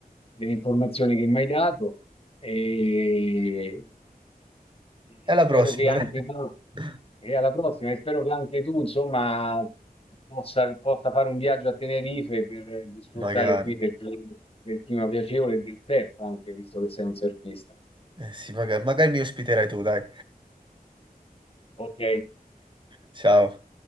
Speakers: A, on the left; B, on the right.
A: delle informazioni che mi hai dato e
B: e
A: e
B: alla
A: Spero
B: prossima,
A: che anche
B: dai.
A: tu,
B: <laughs>
A: e alla prossima, e spero che anche tu, insomma, possa, possa fare un viaggio a Tenerife per eh, disfruttare
B: Magari.
A: qui del, cli- del clima piacevole e del surf, anche visto che sei un surfista.
B: Eh sì, magari, magari mi ospiterai tu, dai.
A: Ok.
B: Ciao.